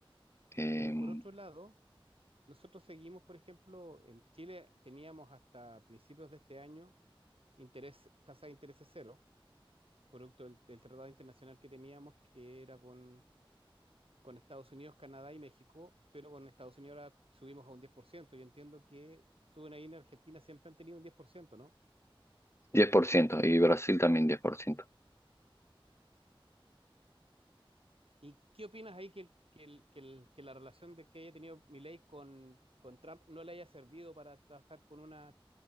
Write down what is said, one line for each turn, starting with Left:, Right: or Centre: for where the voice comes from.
Left: eh,
Right: Pero por otro lado, Nosotros seguimos, por ejemplo, en Chile teníamos hasta principios de este año interés, tasa de interés cero, producto del, del tratado internacional que teníamos, que era con, con Estados Unidos, Canadá y México, pero con Estados Unidos ahora subimos a un 10%. Yo entiendo que suben ahí en Argentina, siempre han tenido un 10%, ¿no?
Left: diez por ciento y Brasil también diez por ciento
Right: ¿Y qué opinas ahí que, el- que, el- que, el- que la relación de que haya tenido Milei con, con Trump no le haya servido para trabajar con una,